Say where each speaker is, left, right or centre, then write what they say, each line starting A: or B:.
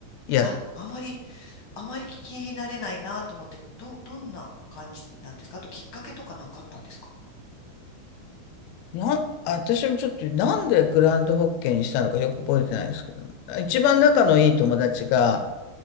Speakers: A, on the left; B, on the left.
A: やっ
B: あ、あまり、あまり聞き慣れないなと思って、ど、どんな感じなんですかあときっかけとかなんかあったんですか
A: な、私もちょっとなんでグランドホッケーにしたのかよく覚えてないんですけど、一番仲のいい友達が